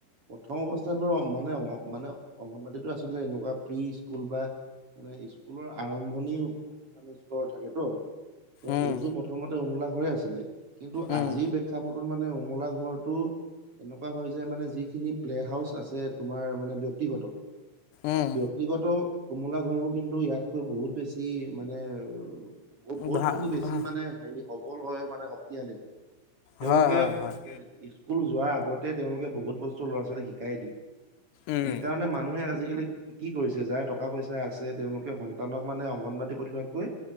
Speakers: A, on the right; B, on the left.
A: প্ৰথম অৱস্থাত তো মানে অ মানে অংগনবডাদীতো আচলতে এনেকুৱা প্ৰি স্কুল বা মানে স্কুলৰ আৰম্ভণি মানে স্তৰ থাকে তো, ত
B: উম
A: এইটো প্ৰথমতে অমোলাক হৈ আছিলে। কিন্তু
B: উম
A: আজি-' মানে উমলা ঘৰতটো এনেকুৱা হয় যে মানে যিখিনি প্লে হাউচ আছে তোমাৰ মানে ব্যক্তিগত,
B: উম
A: সে ব্যক্তিগত কমলা ঘৰবোৰ কিন্তু ইয়াতকৈ বহুত বেছি মানে বহ বহুত
B: ভা
A: খিনি বেছি
B: ভা
A: মানে হেৰি সবল হয় মানে শক্তিশালী হয়। তেওঁলোকে
B: হয় হয়
A: <unintelligible>
B: হয়
A: কুল যোৱাৰ আগত তে তেওঁলে বহুত বস্তু ল'ৰা-ছোৱালী শিক কাই দি
B: উম
A: সেইকাৰণে মানুহে আজিকালি কি কৰিছে যাৰ টকা পইচা আছে তেওঁলোকে সন্তানক মানে অংগনবাদী পঠোৱাতকৈ